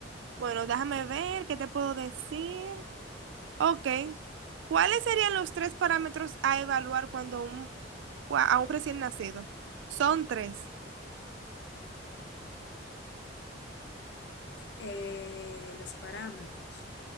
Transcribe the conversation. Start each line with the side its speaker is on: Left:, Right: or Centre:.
Right: Bueno, déjame ver qué te puedo decir. Ok. ¿Cuáles serían los tres parámetros a evaluar cuando un, cua- a un recién nacido? Son tres.
Left: Eh, los parámetros.